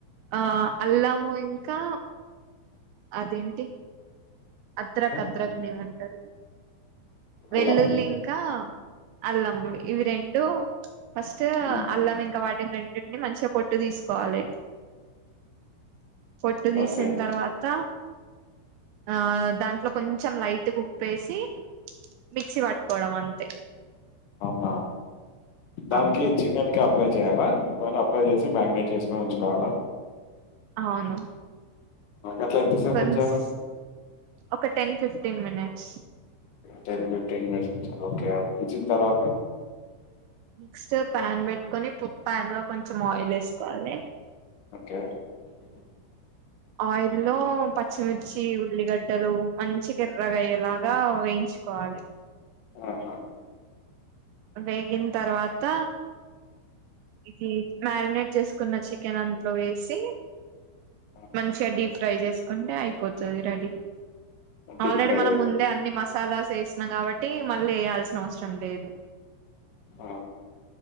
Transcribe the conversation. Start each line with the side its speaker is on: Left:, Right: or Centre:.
Right: ఆ అల్లము ఇంకా అదేమిటి అద్రక్
Left: ఆ!
Right: అద్రక్ నేమంటారు వెల్లుల్లి
Left: అల్లం.
Right: ఇంకా అల్లం ఇవి రెండు ఫస్ట్
Left: హ్మ్.
Right: అల్లం ఇంకా వాటిని రెండింటిని మంచి క పొట్టు తీసుకోవాలి పొట్టు తీసిన
Left: ఓకే.
Right: తర్వాత ఆ దాంట్లో కొంచెం లైట్గా ఉప్పేసి మిక్సీ పట్టుకోవడం అంతే
Left: అవునా! దానికి
Right: అవును
Left: చికెన్ క అప్లై చేయాలా అప్లై చేసి మ్యాగినేట్ చేసుకోని ఉంచుకోవాలా
Right: అవును
Left: అట్లా ఎంతసేపుంచాల
Right: కొన్స్ ఒక ten fifteen minutes
Left: ten fifteen మిస్ ఉ సార్ ఓకే ఉంచిన తర్వాత
Right: నెక్స్ట్ ప్యాన్ పెట్టుకొని ప్యాన్ లో కొంచం ఆయిల్ వేసుకోవాలి
Left: సర
Right: ఆయిల్లో పచ్చిమిర్చి ఉల్లిగడ్డలు మంచి ఎర్రగా అయ్యేలాగా వేయించుకోవాలి
Left: ఆహా!
Right: వేగిన తర్వాత ఇది మ్యారినేట్ చేసుకున్న చికెన్ అందులో వేసి
Left: ఆ!
Right: మంచిగా డీప్ ఫ్రై చేసుకుంటే అయిపోతుంది రెడీ
Left: డీప్
Right: ఆల్రెడీ
Left: ఫ్రై
Right: మనం
Left: చేసి
Right: ముందే అన్ని మసాలాస్ చేసిన కాబట్టి మళ్ళీ వేయాల్సిన అవసరం లేదు
Left: ఆ